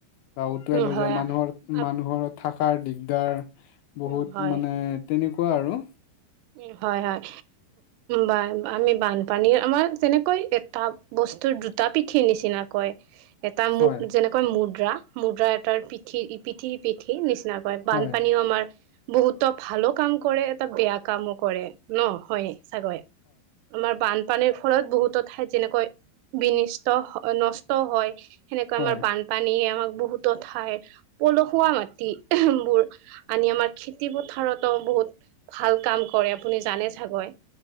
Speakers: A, on the left (about 80°); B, on the right (about 85°).
A: বা উটুৱাই
B: উম
A: লৈ
B: হয়
A: যায় মান
B: আ-
A: হৰ
B: আপ-
A: মানুহৰ থাকাৰ দিগদাৰ বহুত
B: উম হয়
A: মানে তেনেকুৱা আৰু।
B: উম হয় হয়। বা আমি বানপানীৰ আমাৰ তেনেকৈ এটা বস্তুৰ দুটা পিঠিৰ নিচিনা কয়। এটা
A: হয়
B: মু যেনেকৈ মুদ্ৰা, মুদ্ৰা এটাৰ পিঠি পিঠি পিঠি উঠি নিচিনা কৰে বানপানীও
A: হয়
B: আমাৰ বহুতো ভালো কাম কৰে, এটা বেয়া কামো কৰে ন, হয় চাগয়, আমাৰ বান পানীৰ ফলত বহুতো ঠাইত যেনেকৈ বিনষ্ট হয় নষ্ট হয় সেনেকৈ
A: হয়
B: আমাৰ বান পানী আমাক বহুতত হয়, পলসুৱা মাটি বোৰ আনি আমাৰ খেতি পথাৰতো বহুত ভাল কাম কৰে আপুনি জানে চাগৈ।